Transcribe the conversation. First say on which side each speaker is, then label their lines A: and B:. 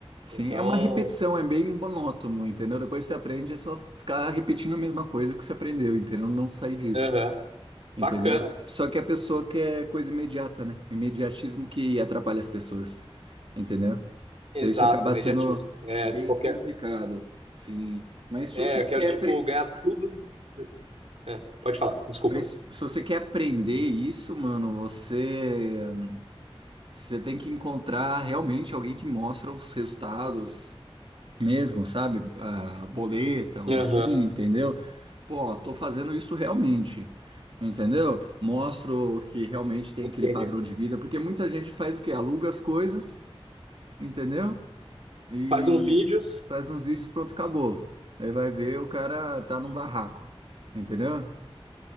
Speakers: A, on the right; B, on the right.
A: Sim,
B: Então,
A: é uma repetição, é bem monótono, entendeu? Depois você aprende, é só ficar repetindo a mesma coisa que você aprendeu, entendeu? Não sair disso,
B: aham,
A: entendeu?
B: bacana.
A: Só que a pessoa quer coisa imediata, né? Imediatismo que atrapalha as pessoas, entendeu?
B: Exato,
A: Daí isso acaba
B: imediatismo.
A: sendo
B: É,
A: bem
B: tipo, eu quero,
A: complicado, sim. Mas se
B: é,
A: você
B: eu
A: quer,
B: quero, tipo,
A: pre-
B: ganhar tudo. É, pode falar, desculpa.
A: mas se você quer aprender isso, mano, você você tem que encontrar realmente alguém que mostra os resultados mesmo, sabe? Ah, boleta, algo
B: Aham,
A: assim, entendeu? Pô, tô fazendo isso realmente, entendeu? Mostro que realmente tem
B: entendi.
A: aquele padrão de vida, porque muita gente faz o quê? Aluga as coisas, entendeu? E
B: Faz uns vídeos.
A: faz uns vídeos, pronto, acabou. Aí vai ver, o cara tá num barraco, entendeu?